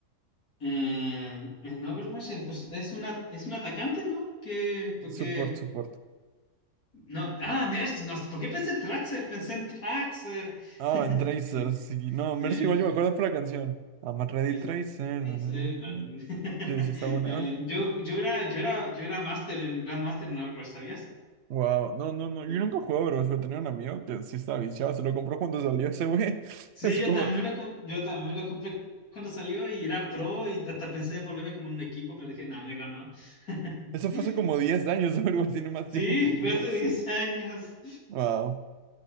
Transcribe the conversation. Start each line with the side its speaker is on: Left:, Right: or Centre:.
Left: eh, el Overwatch en perso- es una, es un atacante, ¿no? Que, porque,
Right: Support, support.
Left: no, ah, Mercy, no, ¿por qué pensé en Traxxer? Pensé en Traxxer.
Right: Ah,
Left: <laughs>
Right: en Tracer, sí. No,
Left: Sí,
Right: Mercy igual yo me acuerdo por la canción. I'm a Ready
Left: sí, sí.
Right: Tracer.
Left: Traxxer,
Right: na, na, na, na.
Left: no. <laughs>
Right: Sí, sí, está
Left: Eh,
Right: buena
Left: yo, yo era, yo era, yo era máster en Grandmaster en Overwatch, ¿sabías?
Right: Wow, no, no, no.
Left: Eh,
Right: Yo nunca jugaba Overwatch, pero tenía un amigo que sí estaba viciado. Se lo compró cuando salió ese güey. <laughs>
Left: Sí,
Right: Hace
Left: yo
Right: como,
Left: también me lo, com- yo también me lo compré cuando salió y era pro y hasta pensé en volverme como un equipo, pero dije, no, mejor no. <laughs>
Right: eso fue hace como 10 años. <laughs> Overwatch tiene más
Left: Sí,
Right: tiempo que
Left: fue
Right: yo.
Left: hace 10 años.
Right: Wow.